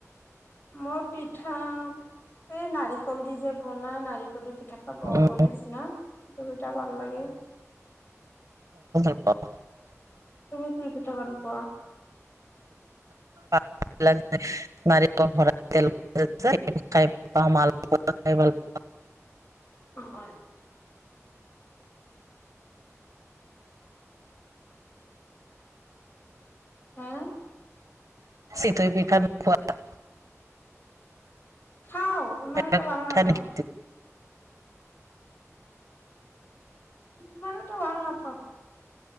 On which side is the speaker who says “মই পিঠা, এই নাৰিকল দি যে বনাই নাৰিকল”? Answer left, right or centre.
Left